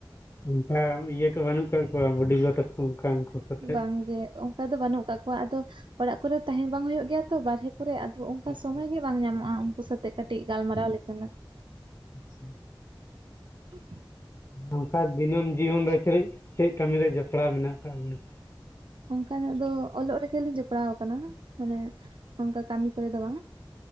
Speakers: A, on the left; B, on the right.
A: ᱚᱱᱠᱟ ᱤᱭᱟᱹ ᱠᱚ ᱵᱟᱹᱱᱩᱜ ᱠᱟᱜ ᱠᱚᱣᱟ ᱵᱩᱰᱤᱜᱚ ᱛᱟᱠᱚ ᱩᱱᱠᱩ ᱥᱟᱛᱮᱜ
B: ᱵᱟᱝᱜᱮ ᱚᱝᱠᱟ ᱫᱚ ᱵᱟᱹᱱᱩᱜ ᱠᱟᱜ ᱠᱚᱣᱟ ᱟᱫᱚ ᱚᱲᱟᱜ ᱠᱚᱨᱮ ᱛᱟᱦᱮᱱ ᱵᱟᱝ ᱦᱩᱭᱩᱜ ᱜᱮᱭᱟ ᱛᱚ ᱵᱟᱨᱦᱮ ᱠᱚᱨᱮ ᱟᱫᱚ ᱚᱝᱠᱟ
A: ᱟᱪᱪᱷᱟ
B: ᱥᱚᱢᱚᱭ ᱜᱮ ᱵᱟᱝ ᱧᱟᱢᱚᱜᱼᱟ ᱩᱱᱠᱩ ᱥᱟᱛᱮᱜ ᱠᱟᱹᱴᱤᱡ ᱜᱟᱞᱢᱟᱨᱟᱣ ᱞᱮᱠᱟᱱᱟᱹᱜ
A: ᱟᱪᱪᱷᱟ <unintelligible>
B: <inaudible>
A: ᱚᱱᱠᱟ ᱫᱤᱱᱟᱹᱢ ᱡᱤᱭᱚᱱ ᱨᱮ <unintelligible> ᱪᱮᱫ ᱠᱟᱹᱢᱤ ᱨᱮ ᱡᱚᱯᱲᱟᱣ ᱢᱮᱱᱟᱜ ᱠᱟᱜ ᱵᱤᱱᱟ
B: ᱚᱱᱠᱟᱱᱟᱜ ᱫᱚ ᱚᱞᱚᱜ ᱨᱮᱜᱮᱞᱤᱧ ᱡᱚᱯᱲᱟᱣ ᱠᱟᱱᱟ ᱢᱟᱱᱮ ᱚᱱᱠᱟ ᱠᱟᱹᱢᱤ ᱠᱚᱨᱮ ᱫᱚ ᱵᱟᱝ